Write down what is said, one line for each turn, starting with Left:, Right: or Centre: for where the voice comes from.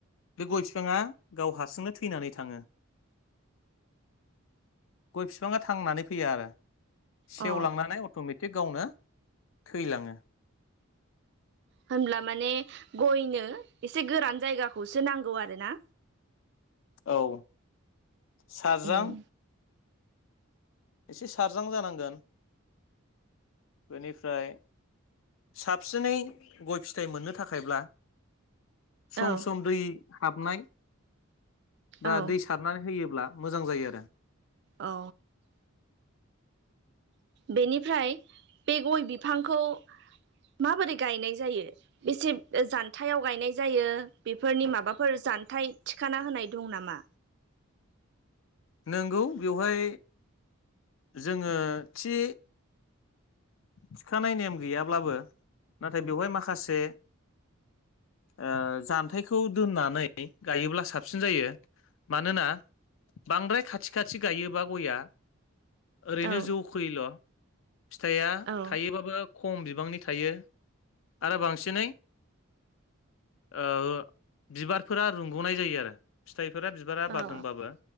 Left: बे गय बिफाङा गाव हारसिंनो थैनानै थाङो गय बिफाङा थांनानै फैया आरो सेवलांनानै
Right: अ
Left: अट मेटिक गावनो थैलाङो
Right: होनब्ला माने गयनो एसे गोरान जायगाखौसो नांगौ आरो ना
Left: औ साज्रां
Right: उम
Left: एसे सारजां जानांगोन बेनिफ्राय साबसिनै गय फिथाइ मोननो थाखायब्ला सम
Right: औ
Left: सम दै हाबनाय बा
Right: औ
Left: दै सारनानै होयोब्ला मोजां जायो आरो
Right: औ बेनिफ्राय बे गय बिफांखौ माबोरै गायनाय जायो बेसे जान्थायाव गायनाय जायो बेफोरनि माबाफोर जान्थाइ थिखाना होनाय दं नामा
Left: नंगौ बेवहाय जोङो थि थिखानाय नेम गैयाब्लाबो नाथाय बेवहाय माखासे ओ जान्थायखौ दोननानै गायोब्ला साबसिन जायो मानोना बांद्राय खाथि खाथि गायोबा गइआ ओरैनो
Right: औ
Left: जौ खोयैल फिथाइया
Right: औ
Left: थायोबाबो खम बिबांनि थायो आरो बांसिनै ओ बिबारफोरा रुंगनाय जायो आरो फिथाइफोरा बिबारा
Right: औ
Left: बारदोंबाबो